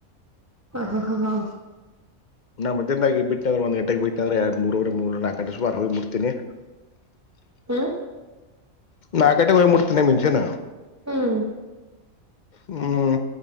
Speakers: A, on the right (about 15°); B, on the left (about 55°).
A: ಹ ಹಾ ಹಾ ಹಾ
B: ನಾ ಮದಾಗಿ ಬಿಟ್ಟುಂದ್ರೆ ಒಂದ್ ಗಂಟೆಗೆ ಬಿಟ್ಟ ಅಂದ್ರೆ ಎರಡು ಮೂರೂರೆ ಮೂ ನಾಕ ಗಂಟೆ ಸುಾರು ಹೋಗಿಬಡ್ತೀನಿ
A: ಹ್ಮ
B: ನಾಕಡೆೆ ಹೋಗಿ ಮುಡ್ತನ ಮುಂಚೆನ
A: ಹ್ಮ್
B: ಹ್ಮ್